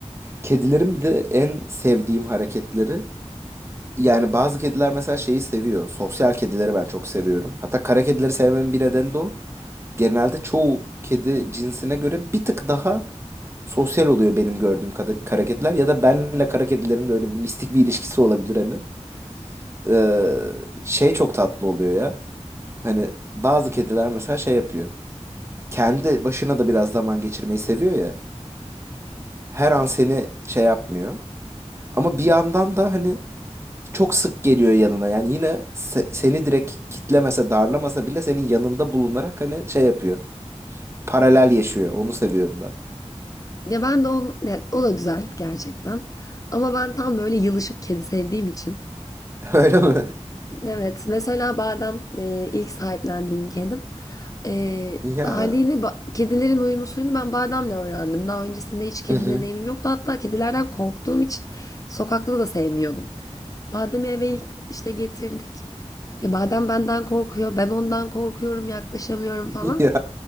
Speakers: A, on the right (about 25°); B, on the left (about 30°).
A: Kedilerin bir de en sevdiğim hareketleri yani bazı kediler mesela şeyi seviyor. Sosyal kedileri ben çok seviyorum. Hatta kara kedileri sevmemin bir nedeni de o. Genelde çoğu kedi cinsine göre bir tık daha sosyal oluyor benim gördüğüm kadar kara kediler ya da benle kara kedilerin de öyle bir mistik bir ilişkisi olabilir hani. Ee, şey çok tatlı oluyor ya. Hani bazı kediler mesela şey yapıyor. Kendi başına da biraz zaman geçirmeyi seviyor ya. Her an seni şey yapmıyor. Ama bir yandan da hani çok sık geliyor yanına. Yani yine se- seni direkt kitlemese, darlamasa bile senin yanında bulunarak hani şey yapıyor. Paralel yaşıyor. Onu seviyorum ben.
B: Ya ben de on, ya o da güzel gerçekten. Ama ben tam böyle yılışık kedi sevdiğim için
A: <laughs> Öyle mi?
B: Evet, mesela Badem e, ilk sahiplendiğim kedim. E,
A: Ya.
B: haliyle ba- kedilerin huyunu suyunu ben Badem'le öğrendim. Daha öncesinde hiç kedi
A: Hı hı.
B: deneyimim yoktu. Hatta kedilerden korktuğum için sokakta da sevmiyordum. Badem'i eve ilk işte getirdik. Ya Badem benden korkuyor, ben ondan korkuyorum, yaklaşamıyorum
A: <laughs>
B: falan.
A: Ya.